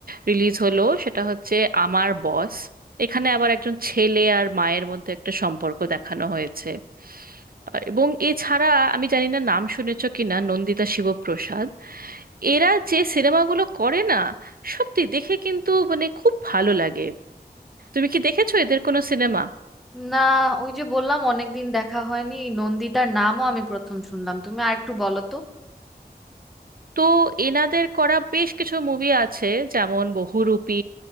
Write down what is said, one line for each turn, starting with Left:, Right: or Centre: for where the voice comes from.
Right: রিলিজ হলো সেটা হচ্ছে আমার বস এখানে আবার একজন ছেলে আর মায়ের মধ্যে একটা সম্পর্ক দেখানো হয়েছে আর এবং এছাড়া আমি জানি না নাম শুনেছো কিনা নন্দিতা শিবপ্রসাদ এরা যে সিনেমাগুলো করে না সত্যি দেখে কিন্তু মানে খুব ভালো লাগে তুমি কি দেখেছো এদের কোনো সিনেমা
Centre: না ওই যে বললাম অনেকদিন দেখা হয়নি নন্দিতার নামও আমি প্রথম শুনলাম তুমি আর একটু বলো তো
Right: তো এনাদের করা বেশ কিছু মুভি আছে যেমন বহুরূপী